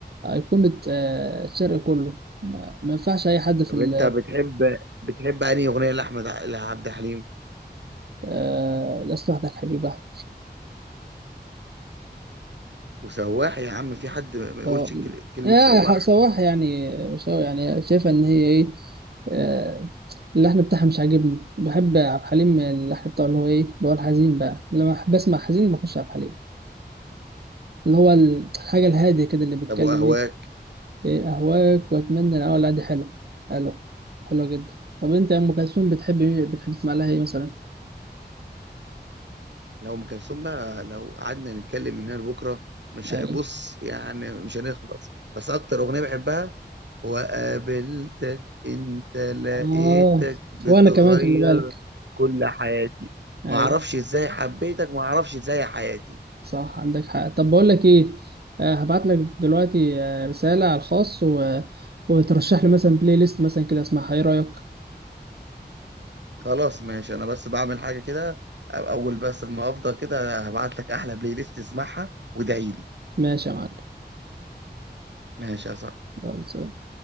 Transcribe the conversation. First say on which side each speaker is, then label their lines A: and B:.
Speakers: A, on the right; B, on the right.
A: أيقونة آه، الشرق كله ما ما ينفعش أي حد في
B: طب
A: ال-
B: انت بتحب بتحب انهي اغنيه لاحمد ع- لعبد الحليم
A: آه، لست وحدك حبيبة
B: وسواح يا عم في حد ما يقولش
A: آه،
B: كل- كلمه
A: يا
B: سواح
A: ح- صباح يعني مش أوي يعني شايفة إن هي إيه آه، اللحن بتاعها مش عاجبني بحب عبد الحليم اللحن بتاعه اللي هو إيه اللي هو الحزين بقى لما بحب أسمع حزين بخش عبد الحليم اللي هو الحاجة الهادية كده اللي بيتكلم
B: طب واهواك
A: ايه اهواك واتمنى ان اه لا دي حلوه حلوه حلوه جدا طب انت يا ام كلثوم بتحب بتحب تسمع لها ايه مثلا
B: لو ام كلثوم بقى لو قعدنا نتكلم من هنا لبكره مش
A: ايوه
B: ه- بص يعني مش هنخلص بس اكتر اغنيه بحبها وقابلتك انت لقيتك
A: اه
B: بتغير
A: وانا كمان خلي بالك
B: كل حياتي
A: ايوه
B: ما اعرفش ازاي حبيتك ما اعرفش ازاي حياتي
A: صح عندك حق طب بقول لك ايه آه هبعت لك دلوقتي آه رساله على الخاص و... وترشح لي مثلا بلاي ليست مثلا كده اسمعها ايه رايك
B: خلاص ماشي انا بس بعمل حاجه كده أ- اول بس ما افضل كده هبعت لك احلى بلاي ليست اسمعها وادعي لي
A: ماشي يا معلم
B: ماشي يا صاحبي
A: يلا سلام.